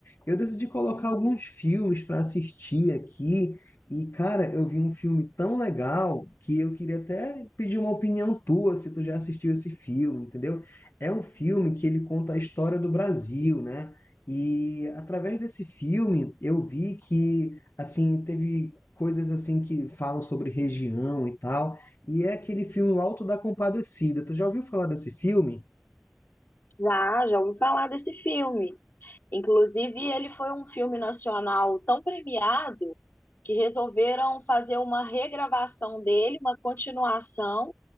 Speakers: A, on the left; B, on the left.
A: Eu decidi colocar
B: Uhum.
A: alguns filmes pra assistir aqui e, cara, eu vi um filme tão legal que eu queria até pedir uma opinião tua se tu já assistiu esse filme, entendeu? É um filme que ele conta a história do Brasil, né? E através desse filme eu vi que assim teve coisas assim que falam sobre região e tal, e é aquele filme O Alto da Compadecida. Tu já ouviu falar desse filme?
B: Já, já ouvi falar desse filme. Inclusive, ele foi um filme nacional tão premiado que resolveram fazer uma regravação dele, uma continuação,